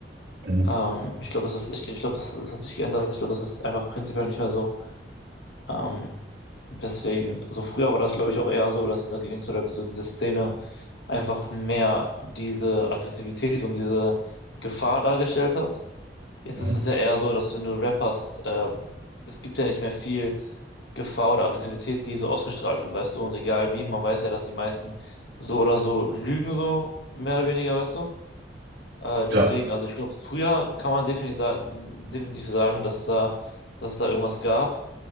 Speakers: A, on the right (about 80°); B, on the left (about 85°).
A: Mhm.
B: Ähm, ich glaube, das ist, ich, ich glaube, das, das hat sich geändert. Ich glaube, das ist einfach prinzipiell nicht mehr so. Ähm, deswegen, so früher war das, glaube ich, auch eher so, dass dieser Gangster oder so diese Szene einfach mehr diese Aggressivität und diese Gefahr dargestellt hat. Jetzt
A: Mhm.
B: ist es ja eher so, dass wenn du Rap hast, äh, es gibt ja nicht mehr viel Gefahr oder Aggressivität, die so ausgestrahlt wird, weißt du? Und egal wie, man weiß ja, dass die meisten so oder so lügen, so mehr oder weniger, weißt du? Äh, deswegen,
A: Ja.
B: also ich glaube, früher kann man definitiv, sa- definitiv sagen, dass da, dass es da irgendwas gab,